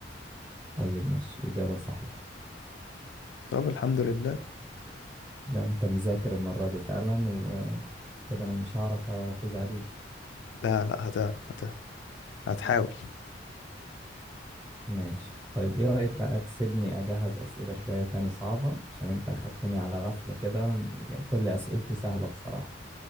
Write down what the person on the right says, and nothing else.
طيب ماشي إجابة صحيحة
لا أنت مذاكر المرة دي فعلا وكده أنا مش هعرف أفوز عليك
ماشي طيب ايه رأيك بقى تسيبني اجهز اسئلة شوية تاني صعبة عشان انت اخدتني على غفلة كده كل اسئلتي سهلة بصراحة